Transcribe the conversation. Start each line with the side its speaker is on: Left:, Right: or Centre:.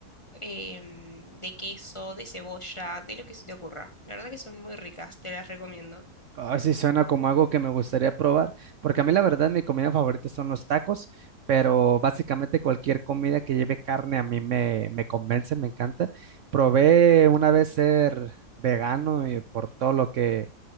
Left: em, de queso, de cebolla, de lo que se te ocurra. La verdad que son muy ricas, te las recomiendo.
Right: Ay sí, suena como algo que me gustaría probar, porque a mí la verdad mi comida favorita son los tacos, pero básicamente cualquier comida que lleve carne a mí me, me convence, me encanta. Probé una vez ser vegano y por todo lo que,